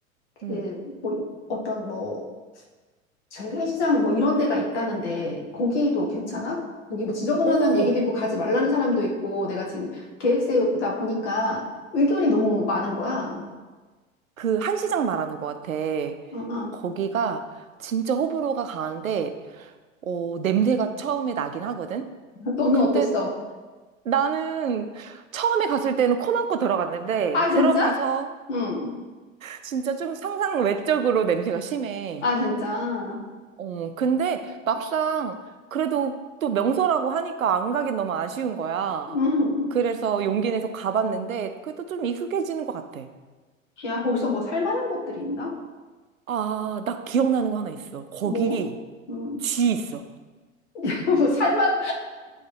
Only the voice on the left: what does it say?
그
뭐 어떤 뭐 재래시장 뭐 이런 데가 있다는데 거기도 괜찮아? 거기 뭐 지저분하다는
얘기도 있고 가지 말라는 사람도 있고 내가 지금 계획 세우다 보니까 의견이 너무 많은 거야.
어, 어.
너는
어땠어?
아 진짜?
응.
아 진짜.
응.
야 거기서 뭐 살만한 것들이 있나?
뭐? 응.
<laughs> 뭐 살만